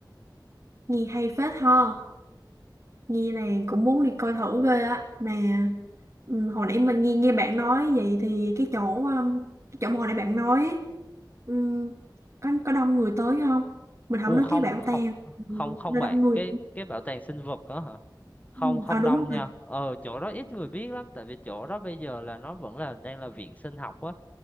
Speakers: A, on the right; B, on the left.
A: nghe hay phết ha nghe là cũng muốn đi coi thử ghê á mà ừ, hồi nãy mình nghe nghe bạn nói vậy thì cái chỗ um, cái chỗ mà hồi nãy bạn nói ấy, ừm, có có đông người tới không mình không
B: u
A: nói
B: không
A: cái bảo
B: không
A: tàng
B: không
A: ừ,
B: không
A: nó
B: bạn
A: đông người
B: cái cái bảo tàng sinh vật đó không
A: Ừ,
B: không
A: à đúng
B: đông
A: rồi
B: nha ờ chỗ đó ít người biết lắm tại vì chỗ đó bây giờ là nó vẫn là đang là viện sinh học á